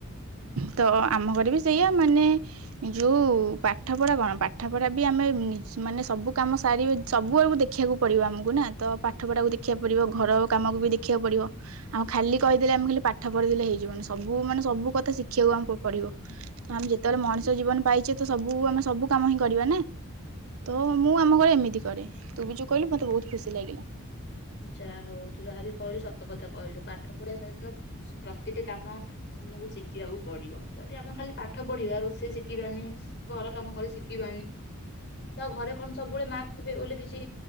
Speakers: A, on the right; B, on the left.
A: ତ ଆମ ଘରେ ବି ସେଇଆ ମାନେ ଯୋଉ ପାଠ ପଢା କଣ ପାଠ ପଢା ବି ଆମେ ନିଜ ମାନେ ସବୁ କାମ ସାରି ସବୁ ଆଡ଼କୁ ଦେଖିବାକୁ ପଡିବ ଆମକୁ ନା ତ ପାଠ ପଢାକୁ ଦେଖିବାକୁ ପଡିବ ଘର କାମକୁ ବି ଦେଖିବାକୁ ପଡିବ ଆଉ ଖାଲି କହିଦେଲେ ଆମେ ଖାଲି ପାଠ ପଢି ଦେଲେ ହେଇଯିବନି ସବୁ ମାନେ ସବୁ କଥା ଶିଖିବାକୁ ଆମକୁ ପଡିବ ତ ଆମେ ଯେତେବେଳେ ମଣିଷ ଜୀବନ ପାଇଛେ ତ ସବୁ ଆମେ ସବୁ କାମ ହିଁ କରିବା ନା ତ ମୁଁ ଆମ ଘରେ ଏମିତି କରେ ତୁ ବି ଯୋଉ କହିଲୁ ମତେ ବହୁତ ଖୁସି ଲାଗିଲା।
B: ଯାହା ହଉ ତୁ ଯାହାବି କହିଲୁ ସତ କଥା କହିଲୁ ପାଠ ପଢିବା ସହିତ ସ ପ୍ରତିଟି କାମ ଆମକୁ ଶିଖିବାକୁ ପଡିବ ଯଦି ଆମେ ଖାଲି ପାଠ ପଢିବା ରୋଷେଇ ଶିଖିବାନି, ଘର କାମ କରି ଶିଖିବାନି ତ ଘରେ କଣ ସବୁବେଳେ ମା ଥିବେ ବୋଲି କିଛି